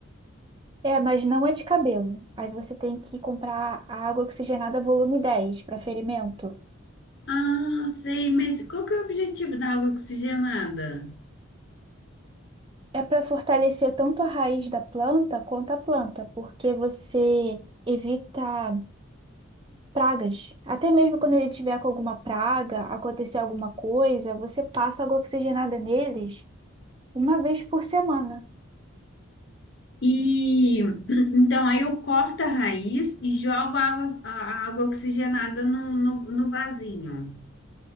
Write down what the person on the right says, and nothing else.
É, mas não é de cabelo. Aí você tem que comprar a água oxigenada volume 10 para ferimento.
É para fortalecer tanto a raiz da planta quanto a planta, porque você evita pragas. Até mesmo quando ele tiver com alguma praga, acontecer alguma coisa, você passa água oxigenada neles uma vez por semana.